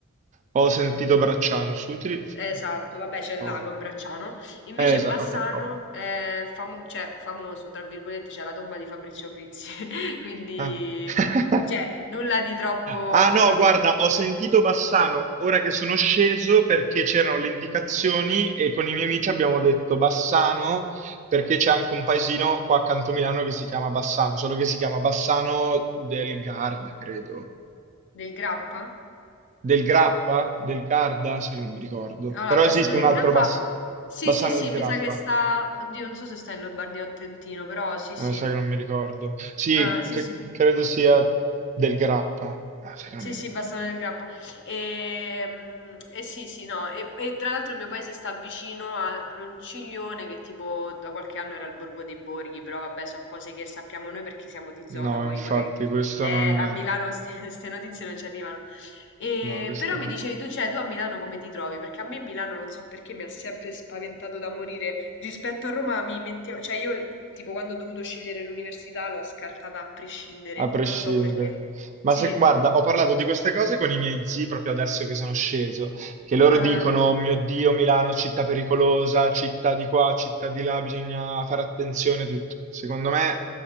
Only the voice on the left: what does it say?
Eh, Esatto, vabbè, c'è il
lago a Bracciano. Invece
Bassano
è famo- cioè, famoso, tra virgolette, c'è la tomba di Fabrizio Frizzi. <laughs> Quindi,
cioè, nulla di troppo,
capito?
Del Grappa?
Allora,
Bassano
del
Grappa.
Sì,
sì, sì,
mi sa che sta. Oddio, non so se sta in Lombardia o in Trentino, però sì, sì.
Ah, sì,
sì.
Sì,
sì,
Bassano del Grappa. Ehm, E, sì, sì, no. E, e tra l'altro il mio paese sta vicino a Ronciglione, che tipo da qualche anno era il Borgo dei Borghi, però vabbè, so cose che sappiamo noi perché siamo di zona,
poi
magari
eh,
a
Milano queste <laughs> notizie non ci arrivano. E,
però mi
dicevi tu, cioè, tu a Milano come ti trovi? Perché a me Milano non so perché mi ha sempre spaventato da morire. Rispetto a Roma mi mettevo, cioè io tipo quando ho dovuto scegliere l'università l'ho scartata a prescindere,
non lo so perché.
Sì.
Eh,